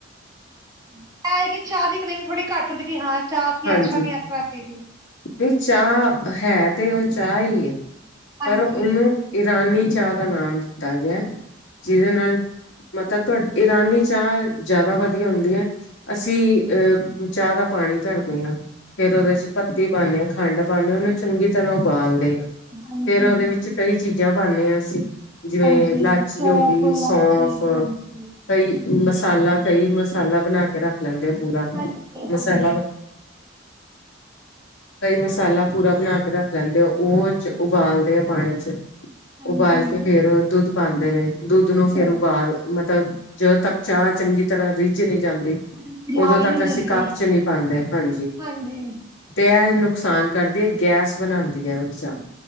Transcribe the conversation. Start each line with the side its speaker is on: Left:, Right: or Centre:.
Right: <unintelligible> ਚਾਹ ਦੀ ਕ੍ਰੀਮ ਥੋੜੀ ਘੱਟ ਥੋੜੀ ਘੱਟ ਹੁੰਦੀ ਹ ਕਿ ਚਾਹ ਕੇ
Left: ਹਾਂਜੀ
Right: <unintelligible> ਪੀ ਲੀ
Left: ਨਹੀਂ ਚਾਹ ਹੈ ਤੇ ਉਹ ਚਾਹ ਹੀ,
Right: ਹਾਂਜੀ,
Left: ਪਰ ਉਹਨੂੰ ਇਰਾਨੀ ਚਾਹ ਦਾ ਨਾਮ ਦਿੱਤਾ ਗਿਆ, ਜਿਹਦੇ ਨਾਲ ਮਤਲਬ ਤੁ ਇਰਾਨੀ ਚਾਹ ਜਿਆਦਾ ਵਧੀਆ ਹੁੰਦੀ ਹੈ ਅਸੀਂ ਅਹ, ਚਾਹ ਦਾ ਪਾਣੀ ਧਰਦੇ ਹਾਂ ਫੇਰ ਉਹਦੇ ਚ ਪੱਤੀ ਪਾਉਂਦੇ ਹਾਂ ਖੰਡ ਪਾਉਂਦੇ ਹ ਉਹਨੂੰ ਚੰਗੀ ਤਰ੍ਹਾਂ ਉਬਾਲਦੇ ਹਾਂ,
Right: ਹਾਂਜੀ,
Left: ਫੇਰ ਉਹਦੇ ਵਿੱਚ ਕਈ ਚੀਜ਼ਾਂ ਪਾਉਂਦੇ ਹਾਂ ਅਸੀਂ, ਜਿਵੇਂ
Right: ਹਾਂਜੀ
Left: ਇਲਾਚੀ
Right: ਸੌਂਫ,
Left: ਹੋ ਗਈ
Right: ਇਲਾਚੀ
Left: ਸੌਂਫ
Right: ਹਾਂਜੀ।
Left: ਕਈ ਮਸਾਲਾ ਕਈ ਮਸਾਲਾ ਬਣਾ ਕੇ ਰੱਖ ਲੈਂਦੇ ਆ ਪੂਰਾ,
Right: ਹਾਂਜੀ,
Left: ਮਸਾਲਾ
Right: ਹਾਂਜੀ,
Left: ਕਈ ਮਸਾਲਾ ਪੂਰਾ ਬਣਾ ਕੇ ਰੱਖ ਲੈਂਦੇ ਆ, ਉਹ ਚ ਉਬਾਲਦੇ ਆ ਪਾਣੀ ਚ
Right: ਹਾਂਜੀ,
Left: ਉਬਾਲ ਕੇ ਫੇਰ ਦੁੱਧ ਪਾਉਂਦੇ ਨੇ, ਦੁੱਧ ਨੂੰ ਫੇਰ
Right: ਜੀ
Left: ਉਬਾਲ ਮਤਲਬ, ਜਦੋਂ ਤੱਕ ਚਾਹ ਚੰਗੀ ਤਰ੍ਹਾਂ ਰਿੱਝ ਨਹੀਂ ਜਾਂਦੀ
Right: ਹਾਂਜੀ ਲਾਲ
Left: ਉਦੋਂ ਤੱਕ
Right: ਨੀ ਹੋ ਜਾਂਦੀ।
Left: ਅਸੀਂ ਕੱਪ ਚ ਨਹੀਂ ਪਾਉਂਦੇ, ਹਾਂਜੀ।
Right: ਹਾਂਜੀ।
Left: ਤੇ ਇਹ ਨੁਕਸਾਨ ਕਰਦੀ ਹੈ, ਗੈਸ ਬਣਾਉਂਦੀ ਹੈ ਵੀ ਚਾਹ